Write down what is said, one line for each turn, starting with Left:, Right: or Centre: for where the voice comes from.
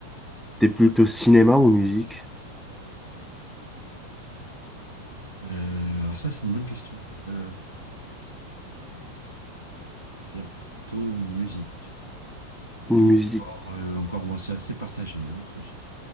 Centre: t'es plutôt cinéma ou musique?
Left: Euh, alors ça, c'est une bonne question. Euh, je vais dire plutôt musique.
Centre: Musique.
Left: Et encore, euh, encore, bon, c'est assez partagé. Hein, ce- je-